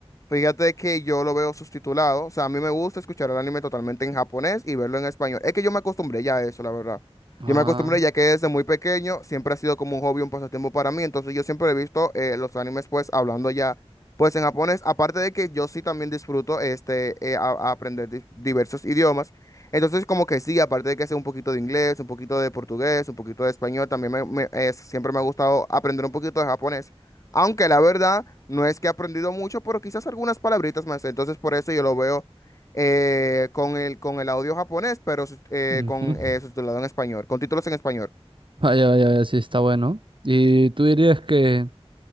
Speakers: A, on the left (about 30°); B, on the right (about 50°).
A: fíjate que yo lo veo subtitulado. O sea, a mí me gusta escuchar el anime totalmente en japonés y verlo en español. Es que yo me acostumbré ya a eso, la verdad.
B: Ah,
A: Yo me acostumbré ya que desde muy pequeño siempre ha sido como un hobby, un pasatiempo para mí. Entonces yo siempre he visto eh, los animes pues hablando ya pues en japonés. Aparte de que yo sí también disfruto este eh, a- a aprender di- diversos idiomas. Entonces como que sí, aparte de que sé un poquito de inglés, un poquito de portugués, un poquito de español, también me, me- eh, siempre me ha gustado aprender un poquito de japonés. Aunque la verdad no es que he aprendido mucho, pero quizás algunas palabritas más. Entonces por eso yo lo veo eh, con el, con el audio japonés, pero sus- eh,
B: ujú.
A: con eh, subtitulado en español, con títulos en español.
B: Vaya, vaya, vaya, sí, está bueno. ¿Y tú dirías que